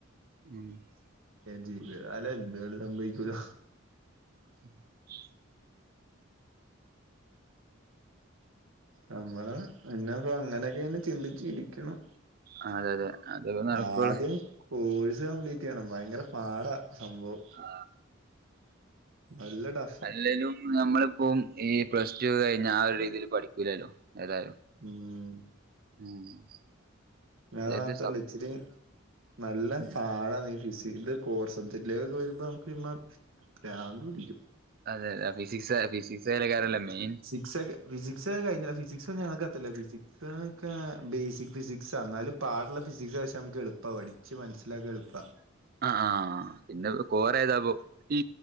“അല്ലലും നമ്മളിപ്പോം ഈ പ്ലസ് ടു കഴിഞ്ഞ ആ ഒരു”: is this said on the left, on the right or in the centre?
Right